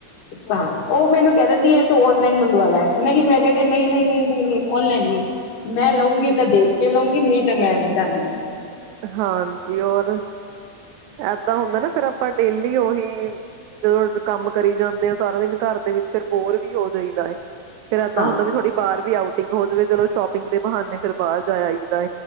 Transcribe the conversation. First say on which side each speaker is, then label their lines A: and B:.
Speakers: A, on the left; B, on the right.
A: ਹਾਂ ਉਹ ਮੈਨੂੰ ਕਹਿ ਦਿੰਦੀ ਇਹ ਤੂੰ ਔਨਲਾਈਨ ਮੰਗਵਾ ਲੈ ਨਹੀਂ ਮੈਂ ਕਹਿੰ ਨਹੀਂ ਨਹੀਂ ਨਹੀਂ ਨਹੀਂ ਨਹੀਂ ਔਨਲਾਈਨ ਨਹੀਂ ਮੈਂ ਲਊਂਗੀ ਤਾਂ ਦੇਖ ਕੇ ਲਊਂਗੀ ਨਹੀਂ ਤਾਂ ਮੈਂ ਦਾਂ ਨੀ ਲ
B: ਹਾਂਜੀ ਹੋਰ ਏਦਾਂ ਹੁੰਦਾ ਨਾ ਫਿਰ ਪਰ ਡੇਲੀ ਉਹੀ ਜਦੋਂ ਕੰਮ ਕਰੀ ਜਾਂਦੇ ਆ ਸਾਰਾ ਦਿਨ ਘਰ ਵਿੱਚ ਫਿਰ ਬੋਰ ਵੀ ਹੋ ਜਾਈਦਾ ਫੇਰ ਇਏਦਾਂ
A: ਹਾਂ
B: ਹੁੰਦਾ ਵੀ ਥੋੜੀ ਬਾਹਰ ਵੀ ਆਊਟਿੰਗ ਹੋ ਜਾਵੇ। ਚਲੋ, ਸ਼ੋਪਿੰਗ ਦੇ ਬਹਾਨੇ ਫੇਰ ਬਾਹਰ ਜਾ ਆਈਏ।